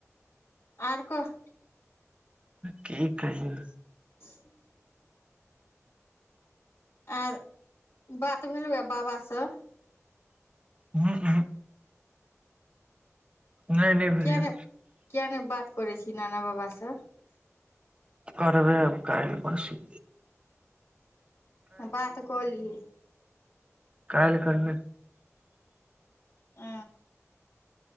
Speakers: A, on the left; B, on the right.
A: और कह
B: की कहियो
A: <inaudible> आर बात भेलहुए बाबा सँ
B: उहु उहु नय नइ भेलै
A: किया नहि
B: य
A: किया नहि बात करै छी नाना बाबासँ
B: करबै आब काल्हि परसू
A: बात क लीहे
B: काइल करबै
A: आ